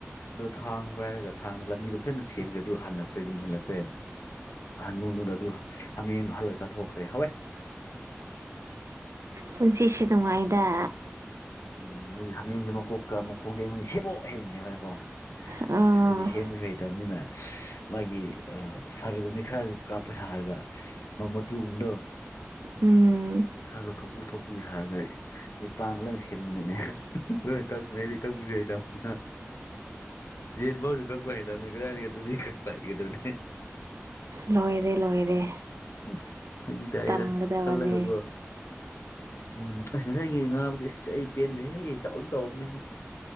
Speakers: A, on the left; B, on the right.
A: ꯑꯗꯨ ꯊꯥꯡ ꯄꯥꯏꯔꯒ ꯊꯥꯡ ꯂꯝꯕꯤꯗꯣ ꯐꯖꯅ ꯁꯦꯝꯒ꯭ꯔꯦ ꯑꯗꯨ ꯍꯟꯅꯈ꯭ꯔꯦ ꯌꯨꯝ ꯍꯟꯅꯈ꯭ꯔꯦ ꯍꯟꯃꯗꯨꯗ ꯑꯗꯨ ꯍꯥꯃꯦꯡꯗꫭ ꯍꯠꯂꯒ ꯆꯊꯣꯛꯈ꯭ꯔꯦ ꯍꯥꯋꯦ
B: ꯄꯨꯟꯁꯤꯁꯦ ꯅꯨꯡꯉꯥꯏꯗ
A: ꯎꯝ ꯑꯗꯨꯒꯤ ꯍꯥꯃꯦꯡꯖꯦ ꯃꯀꯣꯛꯀ ꯃꯈꯣꯡꯖꯦ ꯑꯩꯉꯣꯟꯗ ꯁꯦꯝꯃꯣ ꯍꯥꯏꯕꯅꯦꯕꯀꯣ
B: ꯑꯥ
A: ꯑꯁ ꯑꯩꯗꯤ ꯁꯦꯝꯕꯁꯨ ꯍꯩꯇꯕꯅꯤꯅ ꯃꯣꯏꯒꯤ ꯑ ꯐꯔꯒꯨꯝꯅꯤ ꯈꯔ ꯀꯥꯞꯄ ꯁꯥꯔꯒ ꯃ ꯃꯇꯨꯒꯨꯝꯕꯗꫭ
B: ꯎꯝ
A: ꯈꯔ ꯂꯧꯊꯣꯛ ꯂꯨꯊꯣꯛꯄꯨꯂꯨ ꯁꯥꯔꯒꯩ ꯏꯄꯥꯅ ꯂꯣꯏ ꯁꯦꯝꯕꯅꯤꯅꯦ ꯂꯣꯏ ꯀꯛꯄꯅꯦ ꯑꯩꯗꯤ ꯀꯛꯄꯖꯨ ꯍꯩꯇꯝꯅꯤꯅ ꯌꯦꯟ ꯕꯧꯖꯨ ꯀꯛꯄ ꯍꯩꯇꯝꯅꯦ ꯀꯗꯥꯏꯗꯒꯤ ꯑꯗꯨꯗꯤ ꯀꯛꯄ ꯍꯥꯏꯒ꯭ꯔꫭꯅꯦ
B: ꯂꯣꯏꯔꯦ ꯂꯣꯏꯔꯦ
A: ꯑꯁ ꯐꯥꯒꯤ ꯇꯥꯌꯦꯗ
B: ꯇꯝꯒꯗꯕꯅꯦ
A: ꯈꯜꯂꯒꯒꯣ ꯎꯝ ꯑꯁ ꯉꯁꯥꯏꯒꯤ ꯉꯥꯕꯗꯤ ꯑꯁ ꯑꯩ ꯄꯦꯟꯗꯦꯍꯦ ꯆꯥꯎꯗꯤ ꯆꯥꯎꯕꯅꯦꯍꯦ